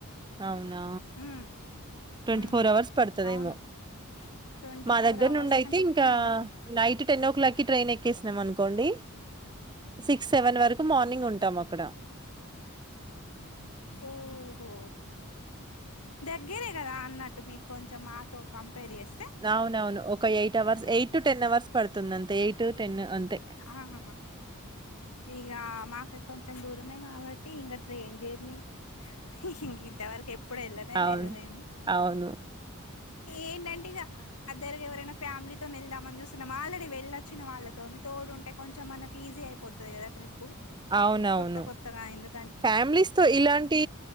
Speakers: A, on the right; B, on the left.
A: అవునా
B: um
A: twenty
B: um
A: four
B: um
A: hours పడుతదేమో
B: అవును ట్వంటీ
A: మా
B: ఫోర్
A: దగ్గర
B: అవర్స్
A: నుండి అయితే
B: కంటే ఎక్కువనే
A: ఇంకా
B: పడుతది
A: night ten o'clock train ఎక్కేసినం అనుకోండి సిక్స్ సెవెన్ వరకు మార్నింగ్ ఉంటాం అ క్కడ
B: ఓహో దగ్గరే కదా అన్నట్టు మీకు కొంచెం మాతో కంపేర్ చేస్తే
A: అవునవును ఒక eight hours eight to ten hours పడుతుంది అంత ఎయిట్ టెన్ అంతే
B: ఆహ ఇగ మాక్ కొంచెం దూరమే కాబట్టి ఇంకా ట్రైన్ జర్నీ ఇం ఇంతవరకు ఎప్పుడు వెళ్ళనే
A: అవును
B: లేదు మేము
A: అవును
B: ఏంటంటే ఇక అ దగ ఎవరైనా ఫ్యామిలీతోని వెళ్దామని చూసినాము ఆల్రెడీ వెళ్ళ వచ్చిన వాళ్ళతోని తోడుంటే కొంచెం మనకి ఈజీ అయిపోతది కదా ట్రిప్పు
A: అవునవును
B: కొత్త కొత్తగాయందో
A: ఫ్యామిలీస్ తో ఇలాంటి